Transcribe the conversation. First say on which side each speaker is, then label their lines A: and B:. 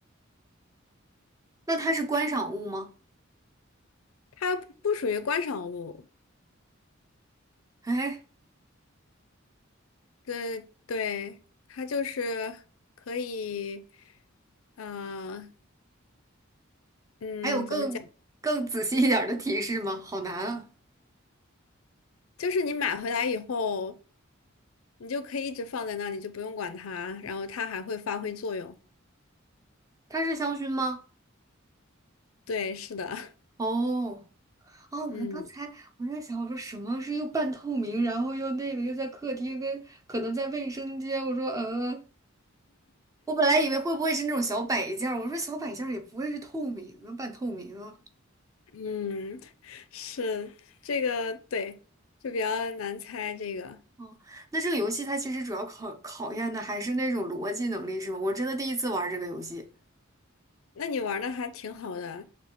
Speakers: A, on the right; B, on the left.
A: 那它是观赏物吗？
B: 它不不属于观赏物，
A: 哎，
B: 对对，它就是可以，呃，嗯，
A: 还有更更仔细一点儿的提示吗？
B: 怎么讲？嗯，
A: 好难啊！
B: 就是你买回来以后，你就可以一直放在那里，就不用管它，然后它还会发挥作用。
A: 它是香薰吗？
B: 对，是的，
A: 哦哦，我刚才我在想，
B: <laughs> 嗯。
A: 我说什么是又半透明，然后又那个又在客厅跟可能在卫生间，我说呃，我本来以为会不会是那种小摆件儿，我说小摆件儿也不会是透明啊，半透明啊。
B: 嗯，是这个对，就比较难猜这个。
A: 哦，那这个游戏它其实主要考考验的还是那种逻辑能力，是吗？我真的第一次玩这个游戏。
B: 那你玩的还挺好的